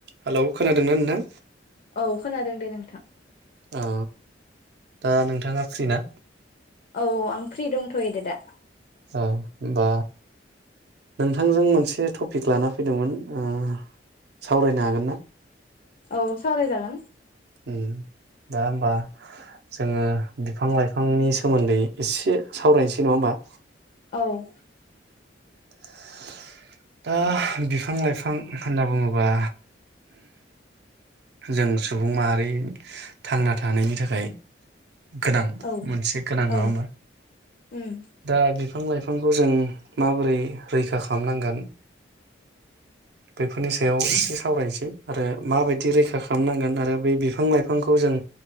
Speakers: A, on the right; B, on the left.
A: Hello खोनादोंना नोंथां?
B: औ खोनादों दे नों थां
A: औ दा नोंथाङा फ्रिना
B: औ आं फ्रि दंथ'यो दे दा
A: औ होमबा नोंथांजों मोनसे टपिक लाना फैदोंमोन ओ सावरायनो हागोन ना
B: औ सावरायजागोन।
A: ओम दा होमबा जोङो बिफां लाइफांनि सोमोन्दै एसे सावरायनोसै नङा होमबा
B: औ
A: <inaudible> दा बिफां-लाइफां होनना बुङो बा जों सुबुं माहारि थांना थानायनि थाखाय गोनां
B: औ
A: मोनसे गोनां नङा
B: औ
A: होमबा
B: उम
A: दा बे बिफां-लाइफांखौ जों माबोरै रैखा खामनांगोन बेफोरनि सायाव एसे सावरायनोसै आरो माबायदि रैखा खामनांगोन आरो बै बिफां-लाइफांखौ जों